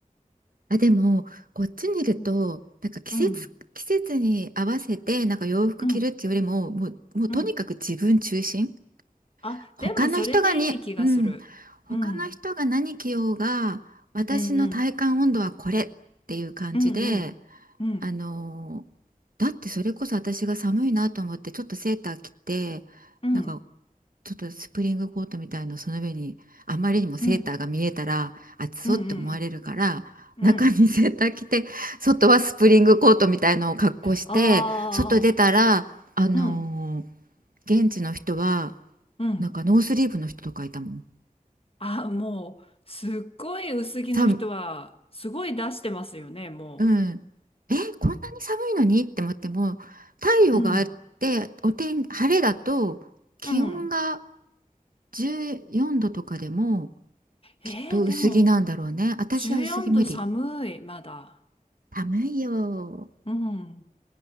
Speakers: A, on the right; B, on the left.
A: あでもこっちにいるとなんか季節季節に合わせてなんか洋服着るっていうよりももう、
B: うんうん、うん。
A: もうとにかく自分中心
B: うんあ、
A: 他の人がに、
B: でもそれでいい気がする。
A: うん、他の人が何着ようが、
B: うん、
A: 私の体感温度はこれっていう感じで、
B: うん、うん、うん、うん、うん、
A: あのーだってそれこそ私が寒いなと思って、ちょっとセーター着て、
B: うん、
A: なんかちょっとスプリングコートみたいのその上に、あまりにもセーターが見えたら、
B: うん、
A: 暑そうって思われるから、
B: うん、うん、うん。
A: 中にセーター着て、外はスプリングコートみたいのを格好して、
B: あ
A: 外出たら、あのー
B: あ、うん、
A: 現地の人は、
B: うん。
A: なんかノースリーブの人とかいたもん。
B: あ、もう、すっごい薄着の人は、
A: さん、
B: すごい出してますよね、も
A: うん。え、
B: う。
A: こんなに寒いのにって思っても、太陽があって、
B: うん。
A: お天、晴れだと気温が
B: うん。
A: 14度とかでもきっと薄着なんだろうね。
B: えー、でも、
A: 私は薄着無理。
B: 14度寒い、まだ。
A: 寒いよ。
B: うん。